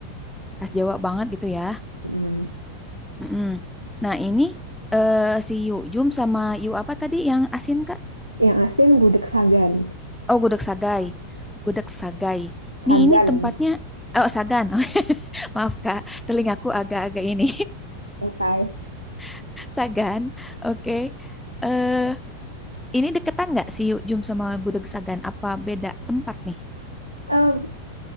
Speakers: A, in the centre; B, on the right (about 85°).
A: khas Jawa banget gitu ya.
B: mm.
A: Hmm. hmm. Nah, ini eh, si Yu Jum sama Yu apa tadi yang asin Kak?
B: Yang asin gudeg Sagan.
A: Oh, gudeg sagai. Gudeg sagai. Nih
B: Sagan.
A: ini tempatnya Oh, Sagan. <laughs> Maaf Kak, telingaku agak-agak ini.
B: Oke.
A: <laughs> Sagan. Oke. Eh, ini deketan nggak si Yu Jum sama gudeg Sagan? Apa beda tempat nih?
B: Eh,